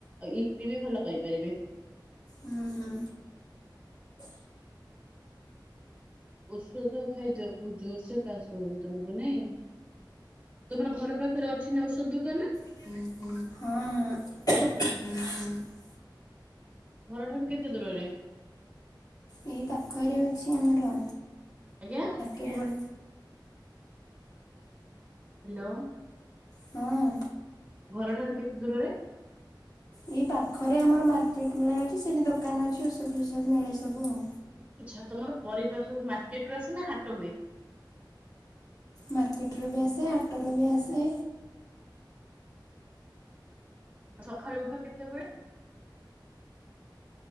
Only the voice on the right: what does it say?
ଆଉ ଇପି ବି ଭଲ କରିପାରିବେ।
ଔଷଧ ଖାଇଦିଅ ବହୁତ ଜୋର ସେ କାଶ ହଉଛି ତମକୁ ନାଇଁ। ତମର ଘର ପାଖରେ ଅଛି ନା ଔଷଧ ଦୋକାନ?
ଘର ଠାରୁ କେତେ ଦୂରରେ?
ଆଜ୍ଞା।
ହ୍ୟାଲୋ।
ଘର ଠାରୁ କେତେ ଦୂରରେ?
ଆଚ୍ଛା ତମର ପରିବା ସବୁ ମାର୍କେଟ ରୁ ଆସ ନା ହାଟ ହୁଏ?
ଆଉ ସଖାଳୁ ଉଠ କେତେବେଳେ?